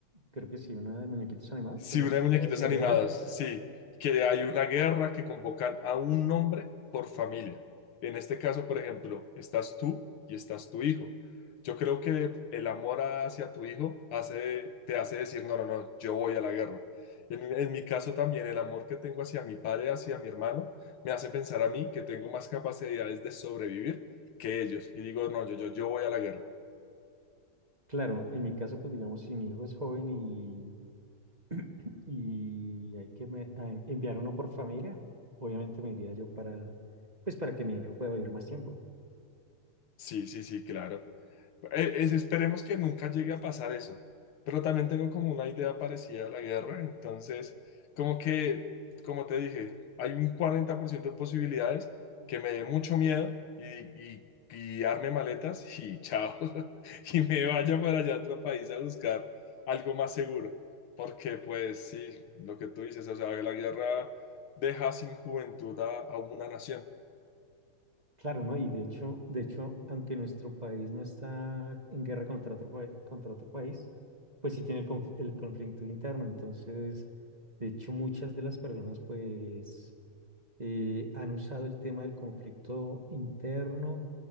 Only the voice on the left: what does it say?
Sí,
una
de muñequitos
animados, sí, que hay una guerra que convocan a un nombre por familia. En este caso, por ejemplo, estás tú y estás tu hijo. Yo creo que el amor hacia tu hijo hace, te hace decir, no, no, no, yo voy a la guerra. En, en mi caso también, el amor que tengo hacia mi padre, hacia mi hermano, me hace pensar a mí que tengo más capacidades de sobrevivir que ellos. Y digo, no, yo, yo, yo voy a la guerra.
Sí, sí, sí, claro. E- es- esperemos que nunca llegue a pasar eso, pero también tengo como una idea parecida a la guerra, entonces como que, como te dije, hay un 40% de posibilidades que me dé mucho miedo y, y, y arme maletas y chao, <laughs> y me vaya para allá a otro país a buscar algo más seguro, porque pues sí, lo que tú dices, o sea, la guerra deja sin juventud a a una nación.